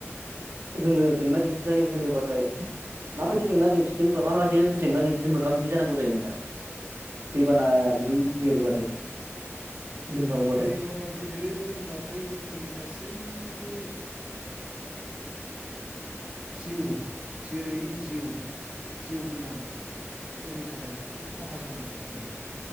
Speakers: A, on the right; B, on the right.
A: जोङो जेंना जेंसि जायो होनोबाथाय माबायदि जेंना जेंसि जेनेबा माबायदि जेंना जेंसिजों मोगा मोगि जानांगौ जायो नोंथां? दैबाना जुदि देरोबाथाय लोमसावोबाथाय
B: दैबाना देरो होनबाथाय जोंनि गासैबो जिउ जेरै जिउ जिउ गोनां फोरनि थाखाय बहुद खहा जानानै थाङो।